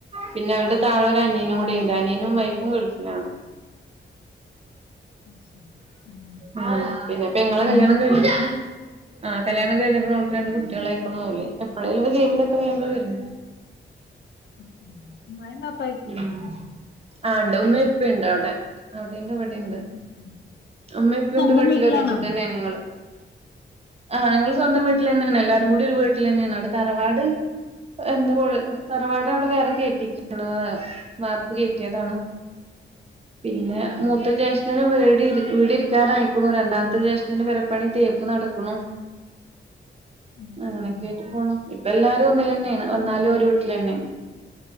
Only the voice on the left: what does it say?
അത് ശരി ആഹ്
നിങ്ങളെ
ഉം
ഉം
ഉം ഉഉം മായ ബപ്പ-
ഉം ഉം ഉം
സ്വന്തം
വീട്ടിലാണോ
ഉം ഉം
ഉം
ഉം